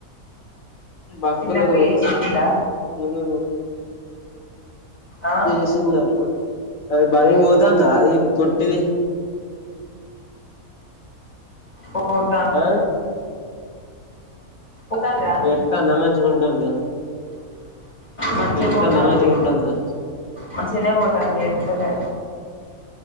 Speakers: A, on the left; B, on the left.
A: బక్కులు
B: చిన్నక్క వేసిందా
A: స్కూలు
B: ఆ
A: చేసింది అప్పుడు ఆది బడికిపోతుంది అది పొట్టిది
B: ఉ పోతాంది
A: ఆ
B: పోతానురా
A: ఎడుతాందా మంచిగా ఉంటాందా
B: మంచిగా
A: ఎడుతాందా
B: పోతాంది
A: మంచిగా ఉంటాందా
B: మంచిగానే పోతాంది ఏడుస్తాలే